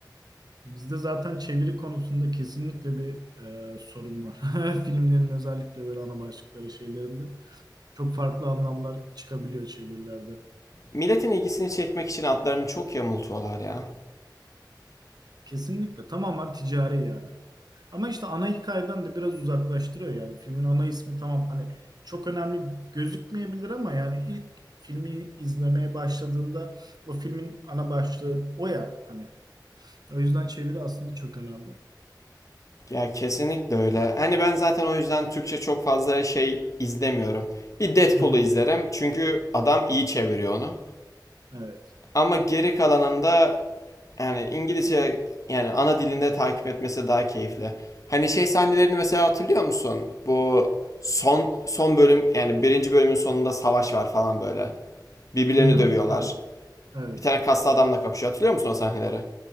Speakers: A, on the right; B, on the left.
A: Bizde zaten çeviri konusunda kesinlikle bir e, sorun var. <laughs> Filmlerin özellikle böyle ana başlıkları şeylerinde çok farklı anlamlar çıkabiliyor çevirilerde.
B: Milletin ilgisini çekmek için adlarını çok yamultuyorlar ya.
A: Kesinlikle. Tamamen ticari yani. Ama işte ana hikayeden de biraz uzaklaştırıyor yani. Filmin ana ismi tamam hani çok önemli gözükmeyebilir ama yani ilk filmi izlemeye başladığında o filmin ana başlığı o ya hani. O yüzden çeviri aslında çok önemli.
B: Ya kesinlikle öyle. Hani ben zaten o yüzden Türkçe çok fazla şey izlemiyorum. Bir Deadpool'u
A: Hı hı.
B: izlerim çünkü adam iyi çeviriyor onu.
A: Evet.
B: Ama geri kalanında yani İngilizce yani ana dilinde takip etmesi daha keyifli. Hani şey sahnelerini mesela hatırlıyor musun? Bu son son bölüm yani birinci bölümün sonunda savaş var falan böyle. Birbirlerini
A: Hı hı.
B: dövüyorlar.
A: Evet. Evet.
B: Bir tane kaslı adamla kapışıyor. Hatırlıyor musun o sahneleri?